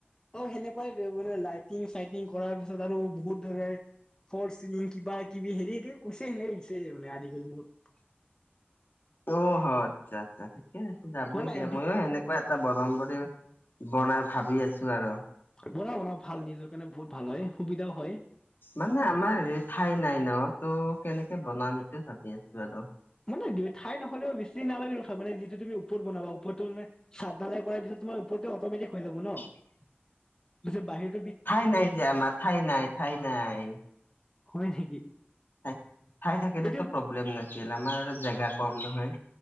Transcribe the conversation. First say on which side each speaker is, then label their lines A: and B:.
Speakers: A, on the left; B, on the left.
A: অ', সেনেকুৱাই মানে লাইটিং চাইটিং কৰাৰ পিছত আৰু বহুত ধৰণে ফৰ চিলিং কিবা কিবি হেৰি কৈছে সেনে কছে মানে আদি কৰি বহুত‌।
B: <inaudible> অ', আচ্ছা, আচ্ছা ঠিকে আছে যাবই
A: মানে
B: দিয়া, ময়ো সেনেকুৱা। এটা বানাম বুলি বনাই ভাবি আছোঁ আৰু।
A: বনা বনা ভাল, নিজৰ কাৰণে বহুত ভাল হয়, সুবিধাও হয়
B: মানে আমাৰ ঠাই নাই ন ত' কেনেকে বনাম সেইটোৱে ভাবি আছো আৰু।
A: মানে দু ঠাই নহলেও বেছি নালাগে হয় মে যিটো তম ওপৰত বনাবা পৰতটো মে চ ঢালাই কৰাৰ পিছত তোমাৰ পৰতটো অ'মেটিক হৈ যাব ন।
B: উ <inaudible>
A: পিছে বাহিৰত
B: ঠাই নাই যে আমাৰ ঠাই নাই - ঠাই নাই।
A: হয় নেকি?
B: ই ঠাই থাকিলেতো
A: এইটো
B: প্ৰব্লেম নাছিল আমাৰ জেগা কম নহয়।